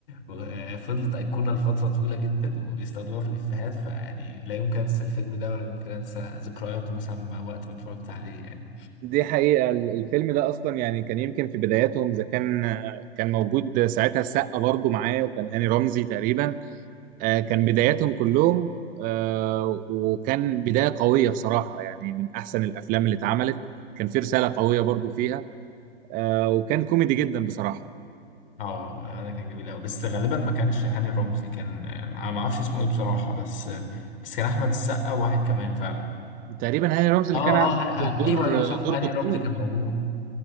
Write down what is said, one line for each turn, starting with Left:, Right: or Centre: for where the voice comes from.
Left: وفضلت أيقونة لفترة طويلة جدا وبيستخدموها في الإفيهات فيعني لا يمكن أنسى الفيلم ده ولا يمكن أنسى ذكرياته مثلا وقت ما اتفرجت عليه يعني
Right: دي حقيقة ال- الفيلم ده أصلا يعني كان يمكن في بداياتهم إذا كان كان موجود ساعتها السقا برضو معاه وكان هاني رمزي تقريبا آه، كان بداياتهم كلهم آه، وكان بداية قوية بصراحة يعني من أحسن الأفلام اللي اتعملت كان في رسالة قوية برضو فيها آه، وكان كوميدي جدا بصراحة
Left: اه أنا كان جميل أوي بس غالبا ما كانش هاني رمزي كان آه، أنا ما أعرفش اسمه إيه بصراحة بس آه، بس كان أحمد السقا وواحد كمان فعلا
Right: تقريبا هاني رمزي اللي
Left: اه
Right: كان عامل
Left: اه هن... آه،
Right: دور
Left: ايوه ايوه صح
Right: دور
Left: هاني
Right: دكتور
Left: رمزي كان موجود